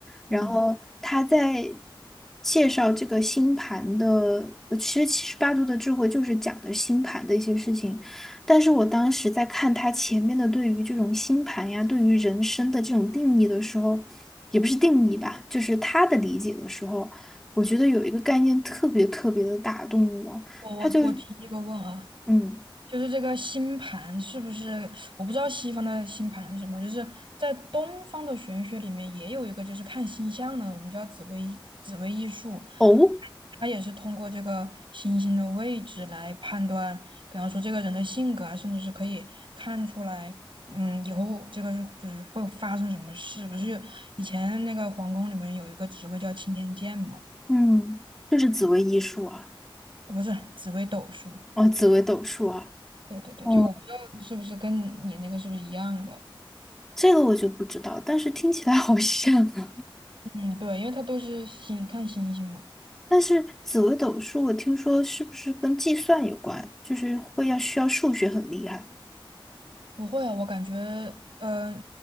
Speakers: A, in the centre; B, on the right.
A: 然后他在
B: 嗯，
A: 介绍这个星盘的，呃其实七十八度的智慧就是讲的星盘的一些事情，但是我当时在看他前面的对于这种星盘呀，对于人生的这种定义的时候，也不是定义吧，就是他的理解的时候，我觉得有一个概念特别特别的打动我，
B: 我我我提一个问啊，
A: 他就嗯
B: 就是这个星盘是不是？我不知道西方的星盘是什么，就是在东方的玄学里面也有一个，就是看星象的，我们叫紫微紫微艺术，
A: 哦
B: 它也是通过这个星星的位置来判断，比方说这个人的性格啊，甚至是可以看出来，嗯，以后这个是就是会发生什么事。不是有以前那个皇宫里面有一个职位叫钦天监嘛？
A: 嗯，就是紫薇艺术啊，
B: 呃不是紫微斗数。
A: 哦紫薇斗数啊，
B: 对对对，
A: 哦
B: 就我不知道是不是跟你那个是不是一样的。
A: 这个我就不知道，但是听起来好像啊。
B: 嗯，对，因为它都是星，看星星嘛。
A: 但是紫薇斗数我听说是不是跟计算有关，就是会要需要数学很厉害。
B: 不会啊，我感觉，呃，